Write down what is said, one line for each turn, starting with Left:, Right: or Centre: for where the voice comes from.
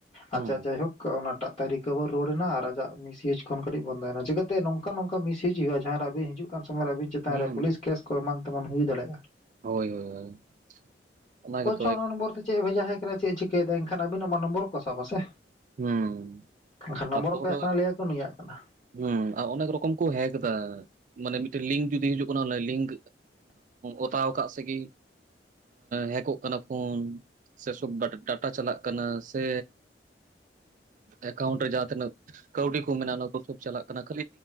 Right: ᱦᱩᱸ
Left: ᱟᱨ ᱡᱟ ᱡᱟᱭᱦᱳᱠ ᱚᱱᱟ ᱴᱟᱜ ᱨᱤᱠᱟᱵᱚᱨ ᱨᱩᱣᱟᱹᱲ ᱮᱱᱟ ᱟᱨ ᱟᱡᱟᱜ ᱢᱤᱥᱦᱤᱭᱩᱡᱽ ᱠᱷᱚᱱ ᱠᱟᱹᱴᱤᱡ ᱵᱚᱱᱫᱚᱭᱮᱱᱟ ᱪᱤᱠᱟᱛᱮ ᱱᱚᱝᱠᱟ ᱱᱚᱝᱠᱟ ᱢᱤᱥᱦᱤᱭᱩᱡᱽ ᱦᱩᱭᱩᱜᱼᱟ ᱡᱟᱦᱟᱸ ᱨᱮ ᱟᱵᱤᱱ ᱦᱤᱡᱩᱜ ᱠᱟᱱ ᱥᱚᱢᱚᱭ ᱨᱮ ᱟᱵᱤᱱ ᱪᱮᱛᱟᱱ
Right: ᱦᱩᱸ
Left: ᱨᱮ ᱯᱩᱞᱤᱥ ᱠᱮᱥ ᱠᱚ ᱮᱢᱟᱱ ᱛᱮᱢᱟᱱ ᱦᱩᱭ ᱫᱟᱲᱮᱭᱟᱜᱼᱟ
Right: ᱦᱳᱭ ᱦᱳᱭᱳᱭ ᱚᱱᱟᱱᱟ ᱜᱮᱛ
Left: ᱟᱪᱷᱟ ᱚᱱᱟ ᱱᱚᱢᱵᱚᱨ ᱛᱮ ᱪᱮᱫ ᱮ ᱵᱷᱮᱡᱟᱟᱭ ᱠᱟᱱᱟ ᱪᱮᱫ ᱮ ᱪᱤᱠᱟᱹᱭ ᱫ ᱮᱱᱠᱷᱟᱱ ᱟᱵᱱᱟᱜ ᱚᱱᱟ ᱱᱚᱢᱵᱚᱨ ᱠᱚ ᱥᱟᱵᱟ ᱥᱮ
Right: ᱦᱮᱸ
Left: ᱮᱱᱠᱷᱟᱱ ᱱᱚᱢᱵᱚᱨ
Right: ᱛᱟᱯᱚᱨ
Left: ᱚᱠᱚᱭᱟᱜ ᱠᱟᱱᱟ ᱞᱟᱹᱭᱟᱠᱚ ᱱᱩᱭᱟᱜ ᱠᱟᱱᱟ
Right: ᱦᱸ ᱚᱱᱮᱠ ᱨᱚᱠᱚᱢ ᱠᱚ ᱦᱮᱸᱠ ᱮᱫᱟ ᱢᱟᱱᱮ ᱢᱤᱫᱴᱮᱱ ᱞᱤᱝᱠ ᱡᱚᱫᱤ ᱦᱤᱡᱩᱜ ᱠᱟᱱᱟ ᱞᱤᱝᱠ ᱚᱛᱟᱣ ᱥᱮᱜᱮ ᱥᱮᱤ ᱦᱮᱠᱚᱜ ᱠᱟᱱᱟ ᱯᱷᱳᱱ ᱥᱮ ᱰᱟᱴᱟ ᱪᱟᱞᱟᱜ ᱠᱟᱱᱟ ᱥᱮ ᱮᱠᱟᱩᱱᱴ ᱡᱟᱦᱟᱸ ᱛᱤᱱᱟᱹᱜ ᱠᱟᱣᱴᱤ ᱠᱩ ᱢᱮᱱᱟᱜ ᱪᱟᱞᱟᱜ ᱠᱟᱱᱟ